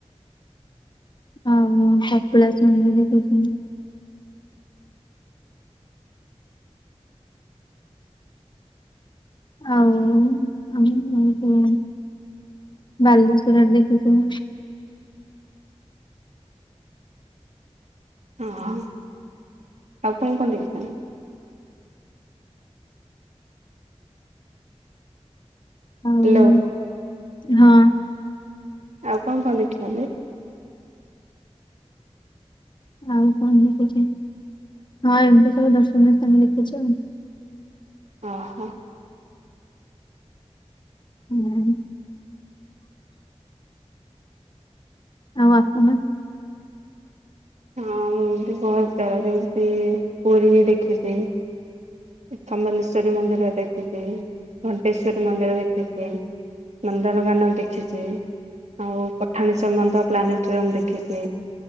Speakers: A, on the left (about 40°); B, on the right (about 90°).
A: ଆଉ କପିଳାସ ମଧ୍ୟ ଦେଖିଚି। ଆଉତି <inaudible> ବାଲେଶ୍ଵରରେ ଦେଖିଚୁ।
B: ଓ ହୋ ଆଉ କଣ କଣ ଦେଖି ଚା
A: ହଉ
B: ହ୍ୟାଲୋ
A: ହଁ।
B: ଆଉ କଣ କଣ ଦେଖିଛନ୍ତି।
A: ଆଉ କଣ ଦେଖିଚି। ହଁ ଏମିତି ସବୁ ଦର୍ଶନୀୟ ସ୍ଥାନ ଦେଖିଚି ଆଉ।
B: ଅ ହ।
A: ନାହିଁ। ଆଉ ଆପଣ?
B: ହଁ ମୁଁ ବି ବହୁତ ଜାଗା ଦେଖିଛି ପୁରୀ ହି ଦେଖିଛି। ଖମେଲଶ୍ବରୀ ମନ୍ଦିର ଦେଖିଛି, ଘଣ୍ଟେଶ୍ୱରୀ ମନ୍ଦିର ଦେଖିଛି। ନନ୍ଦନକାନନ ଦେଖିଛି। ଆଉ ପଠାଣି ସାମନ୍ତ ପ୍ଲାନେଟରିୟମ ଦେଖିଛି।